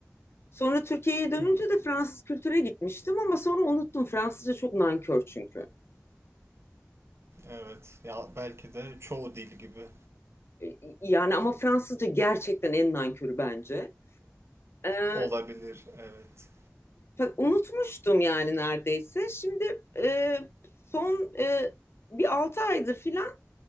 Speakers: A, on the left; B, on the right.
A: Sonra Türkiye'ye dönünce
B: Hı.
A: de Fransız kültüre gitmiştim ama sonra unuttum. Fransızca çok nankör çünkü.
B: Evet. Ya belki de çoğu dil gibi
A: Ee, yani ama Fransızca gerçekten en nankörü bence. Ee,
B: olabilir. Evet.
A: unutmuştum yani neredeyse. Şimdi e, son e, bir 6 aydır filan